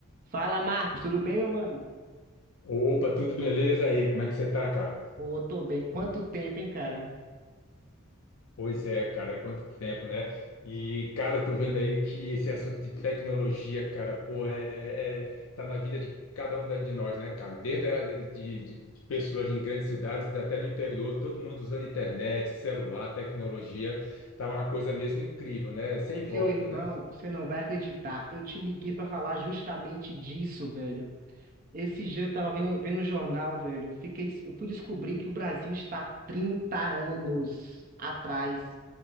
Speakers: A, on the right; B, on the left.
A: Fala, Marcos, tudo bem, meu mano?
B: Opa, tudo beleza aí? Como é que você tá, cara?
A: Pô, tô bem. Quanto, cara?
B: Pois é, cara, é quanto tempo, né? E, cara, eu tô vendo aí que esse assunto de tecnologia, cara, pô, é, é- tá na vida de cada um da- de nós, né, cara? Desde a, de, de- de pessoas em grandes cidades até no interior, todo mundo usando internet, celular, tecnologia, tá uma coisa mesmo incrível, né? Sem
A: Meu
B: volta,
A: irmão,
B: né?
A: você não vai acreditar. Eu te liguei pra falar justamente disso, velho. Esse dia eu tava vendo, vendo o jornal, velho. Fiquei, des- eu fui descobrir que o Brasil está 30 anos atrás,